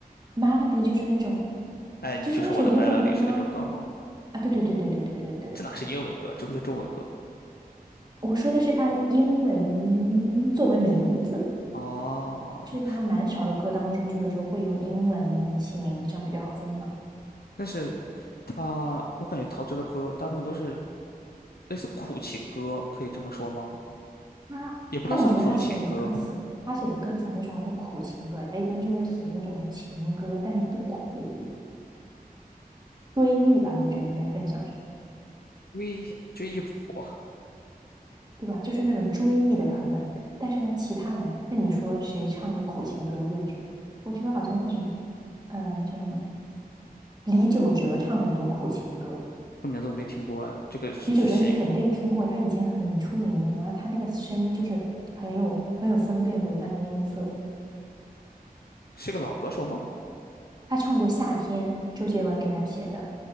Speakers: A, on the right; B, on the left.
A: ？Melody 就是那种，
B: 爱你就是我的
A: 就是那首英文歌啊！
B: Melody 是那首歌吗？
A: 啊，对对对对对对对对，
B: 这哪是英文歌，这不是中文歌吗？
A: 我说的是他英文作为名字，
B: 啊啊！
A: 就是他蛮少的歌当中，就是说会用英文来起名字，这样比较好分嘛。
B: 但是他，我感觉陶喆的歌大部分都是类似苦情歌，可以这么说吗？
A: 他，
B: 也不能算苦情歌，
A: 但我觉得他写的歌词，他写的歌词很少是苦情歌，他一般就是写那种情歌，但是不苦，追忆吧，我觉得应该更像是，
B: 追追忆不苦，
A: 对吧？就是那种追忆的版本。但是呢，其他人，那你说谁唱的苦情歌最绝？我觉得好像那个什么，呃，叫什么，李玖哲唱很多苦情歌。
B: 这名字我没听过哎，这个是不是新？
A: 李玖哲你肯定听过，他以前很出名的，然后他那个声音就是很有很有分辨度，他的音色。
B: 是个老歌手吗？
A: 他唱过《夏天》，周杰伦给他写的，